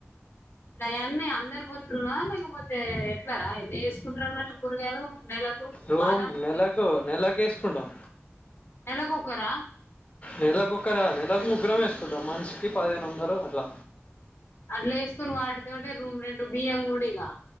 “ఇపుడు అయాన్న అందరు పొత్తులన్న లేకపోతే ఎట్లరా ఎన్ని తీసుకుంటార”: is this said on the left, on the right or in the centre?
Left